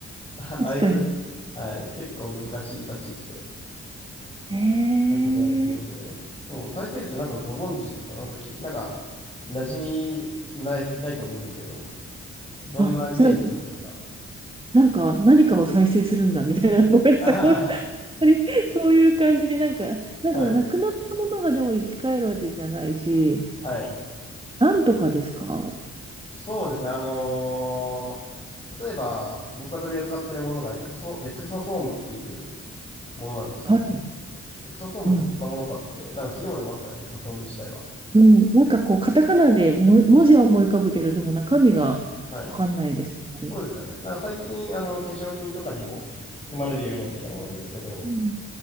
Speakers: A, on the left; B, on the right.
A: <laughs>
B: 確かに。
A: 間で、はい、結構難しい立ち位置で
B: へえ。
A: なきゃいけないっていうので、そう、再生るとなんかご存知ですかなんかき、なんか、馴染みない、ないと思うんですけど、どんなイメージを持ちですか
B: あ、そう、なんか何かを再生するんだみたいな。ごめんなさい。
A: <laughs>
B: そういう、<laughs> そういう感じで、なんか、なんかなくなったものがでも生き返るわけじゃないし、
A: はい、はい。
B: なんとかですか。
A: そうですね。あのー例えば、僕が取り扱っているものがエクソ、エクソソームっていうものなんですけど、
B: はい。
A: エクソソームってどんなものかって、
B: うん。
A: なんか聞いたことありますかエクソソーム自体は。
B: うん、なんかこう、カタカナでも文字は思い浮かぶけど、でも中身がわかんないです。
A: はい。
B: やっぱり
A: そうですよね。なんか最近、あの、化粧品とかにも含まれるようになってきたものなんですけど、
B: うん